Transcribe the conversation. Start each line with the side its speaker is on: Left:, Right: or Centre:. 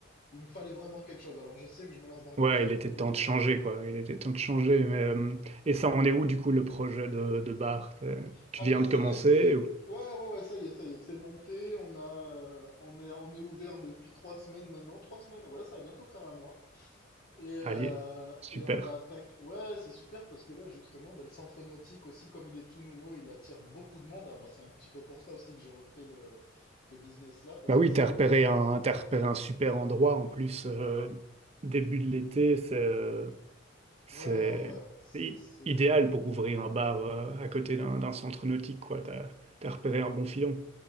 Left: il me fallait vraiment quelque chose. Alors, je sais que je me lance dans quelque
Right: Ouais,
Left: chose
Right: il
Left: de
Right: était
Left: nou-
Right: temps de changer, quoi. Il était temps de changer. Mais, euh, et ça, on est où du coup le projet de, de bar? T'es- Tu
Left: Ah ben
Right: viens
Left: là,
Right: de
Left: ça
Right: commencer
Left: y est, c'est...
Right: ou...
Left: Ouais, ouais, ouais, ça y est, ça y est, c'est monté. On a, euh, on est, on est ouvert depuis trois semaines maintenant. Trois semaines, ouais, ça va bientôt faire un mois. Et, euh,
Right: Allier. Super.
Left: et on va attaquer... Ouais, c'est super parce que là, justement, ben, le centre nautique aussi, comme il est tout nouveau, il attire beaucoup de monde. Ah ben, c'est un petit peu pour ça aussi que j'ai repris le, ce business-là parce
Right: Bah
Left: que
Right: oui,
Left: c'est
Right: t'as
Left: vrai
Right: repéré
Left: que...
Right: un, t'as repéré un super endroit en plus. euh, début de l'été, c'est. euh, C'est
Left: Ouais, ouais, ouais, c'est,
Right: i-
Left: c'est...
Right: idéal pour ouvrir un bar euh, à côté d'un d'un centre nautique, quoi. T'as, t'as repéré un bon filon.